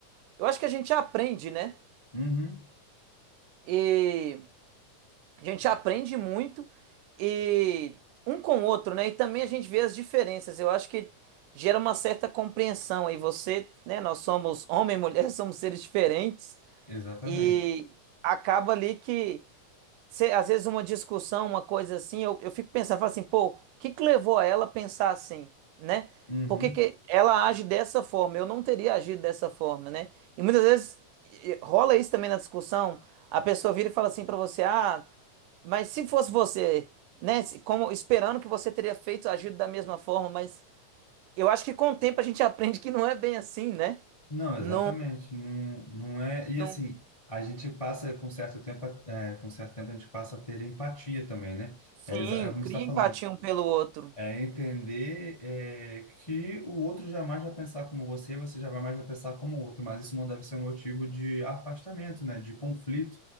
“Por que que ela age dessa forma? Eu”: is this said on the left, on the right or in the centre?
Right